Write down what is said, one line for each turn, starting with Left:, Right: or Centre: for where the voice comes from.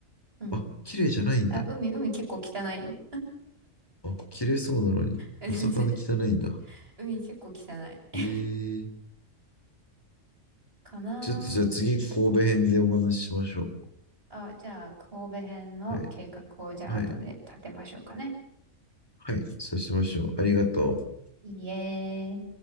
Right: うん。
Left: あ、綺麗じゃないんだ。
Right: あ、海、海結構汚いよ。
Left: あ、綺麗そうなのに。
Right: <laughs>
Left: まさかの汚いんだ。
Right: 海結構汚い。
Left: ええ
Right: かな
Left: ちょっとじゃあ次、神戸編でお話ししましょう。
Right: あ、じゃあ、神戸編の計画をじゃあ後で立てましょうかね。
Left: はい。はい。はい。そうしましょう。ありがとう。
Right: いいえ。